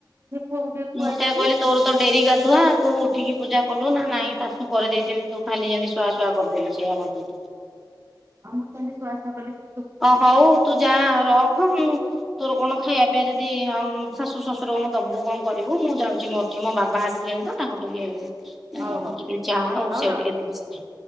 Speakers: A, on the right; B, in the centre.
A: ପୁଅକୁ ଟିକେ
B: ମୁଁ
A: ଖୁଆଇଦେଲି
B: ସେଇୟା କହିଲି ତୋର ତ ଡେରି ଗାଧୁଆ ତୁ ଉଠିକି ପୂଜା କଲୁ ନା ନାଇଁ ଶାଶୁ କରିଦେଇଚନ୍ତି। ତୁ ଖାଲି ଏମିତି ସ୍ୱାହା ସ୍ୱାହା କରିଦେଲୁ, ସେଇଆ ଭାବିଲି
A: ଆଉ ମୁଁ ସେମିତି ଶୁଆଶୁଆ କଲି ଶାଶୁକୁ।
B: ଅ ହଉ ତୁ ଯା ର ହଁ ମୁଁ ତୋରୋ କଣ ଖାଇବା ପିଆ ଯଦି ଅମ୍ ଶାଶୁ ଶଶୁରଙ୍କୁ ଦୋବୁ କଣ କରିବୁ? ମୁଁ ଯାଉଚି ମୋର ଟିକେ ମୋ ବାବା ଆସିଲେଣି। ତ ତାଙ୍କୁ ଟିକେ ଏଁ
A: ହଉ ହଉ
B: ଟିକେ ଚାହା ଆଉ
A: ହଉ
B: ସେଉ
A: ରଖୁଛି।
B: ଟିକେ ଦେବି ସେ